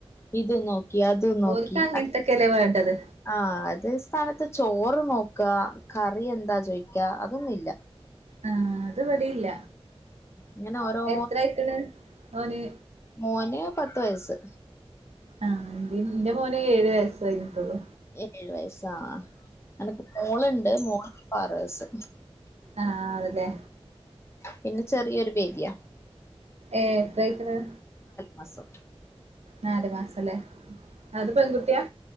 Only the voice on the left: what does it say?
ഇത് നോ ക്കി അത് നോക്കി
ആ അത് സ്ഥാനത്ത് ചോറ് നോക്കാ കറി എന്താ ചോയ്ക്കാ അതൊന്നു ഇല്ല
ഇങ്ങനെ ഓരോ
മോന് പത്ത് വയസ്.
ഏഴ് വയസ്. ആ അനക്ക് മോള്ണ്ട് <unintelligible> പറേസ്
പിന്നെ ചെറിയൊരു ബേബ്യാ
മാസം